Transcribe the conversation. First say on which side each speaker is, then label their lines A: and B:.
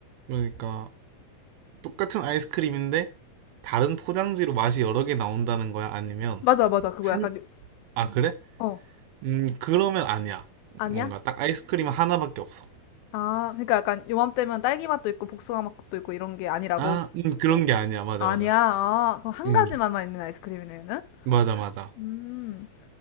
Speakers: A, on the right; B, on the left.
A: 그러니까, 똑같은 아이스크림인데, 다른 포장지로 맛이 여러 개 나온다는 거야? 아니면,
B: 맞아, 맞아. 그거
A: 한,
B: 약간, 요-
A: 아, 그래?
B: 어,
A: 음, 그러면 아니야.
B: 아니야?
A: 뭔가 딱 아이스크림 하나밖에 없어.
B: 아, 그러니까 약간 요맘때면 딸기 맛도 있고 복숭아 맛도 있고 이런 게 아니라고?
A: 아, 음, 그런 게 아니야. 맞아,
B: 아니야.
A: 맞아.
B: 아, 그럼 한
A: 음.
B: 가지 맛만 있는 아이스크림이네, 는
A: 맞아, 맞아.
B: 음,